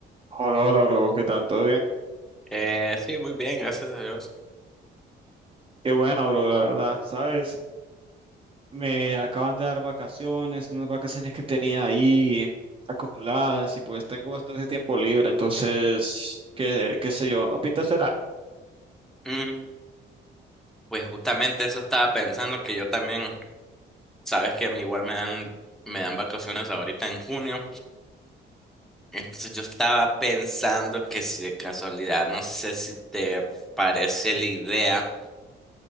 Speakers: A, on the right; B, in the centre.
A: Hola, hola, bro. ¿Qué tal? ¿Todo bien?
B: Eh, sí, muy bien, gracias a Dios.
A: Qué bueno, bro, la verdad. ¿Sabes? Me acaban de dar vacaciones, unas vacaciones que tenía ahí acumuladas y pues tengo bastante tiempo libre, entonces, qué, qué sé yo, ¿no pinta hacer algo?
B: Mm, pues justamente eso estaba pensando que yo también, sabes que a mí igual me dan, me dan vacaciones ahorita en junio. Entonces yo estaba pensando que si de casualidad, no sé si te parece la idea